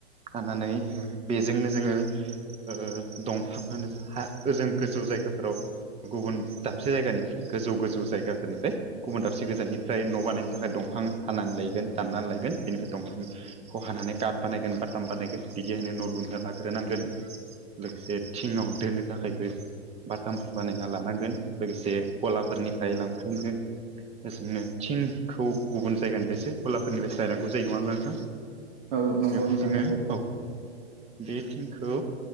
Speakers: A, on the right; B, on the right.
A: लानानै बेजोंनो जोङो ओ दंफाङानो जा हा ओजों गोजौ जायगाफोराव गुबुन दाबसे जायगानिफ्राय गोजौ गोजौ जायगाफोरनिफ्राय गुबुन दाबसे गोजाननिफ्राय न' बानायनो थाखाय दंफां हानानै लायगोन दाननानै लायगोन बेनिफ्राय दंफां खौ हानानै कात बानायगोन बाटाम बानायगोन बिदिहायनो न' लुनो लाग्रोनांगोन लोगोसे थिङाव दोनो थाखायबो बातामफोर बानायना लानांगोन लोगोसे गलाफोरनिफ्राय लांफायनो <unintelligible> थिंखौ गुबुन जायगानिफ्रायसो गलाफोरनिफ्रायसो लायनांगौ जायो। नङा होमबा नोंथां?
B: औ नंगौ
A: बेवहाय
B: नोंथां
A: जोङो
B: नंगौ
A: औ बे थिंखौ